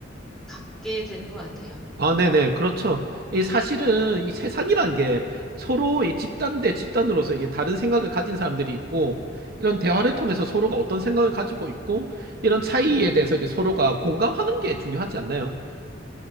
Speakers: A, in the centre; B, on the right (about 55°).
A: 갖게 되는 것 같아요.
B: 아, 네네. 그렇죠. 이 사실은 이 세상이란 게 서로 이 집단 대 집단으로서 이게 다른 생각을 가진 사람들이 있고, 이런 대화를 통해서 서로가 어떤 생각을 가지고 있고, 이런 차이에 대해서 이제 서로가 공감하는 게 중요하지 않나요?